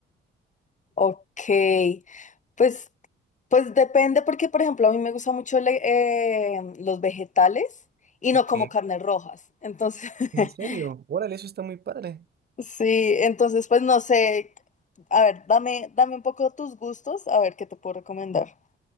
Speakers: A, on the left (about 40°); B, on the right (about 55°).
A: Ok, pues, pues depende porque, por ejemplo, a mí me gustan mucho le- eh, los vegetales y
B: Ok.
A: no como carnes rojas. Entonces, <laughs>
B: ¿En serio? Órale, eso está muy padre.
A: sí, entonces pues no sé, a ver, dame, dame un poco tus gustos, a ver qué te puedo recomendar.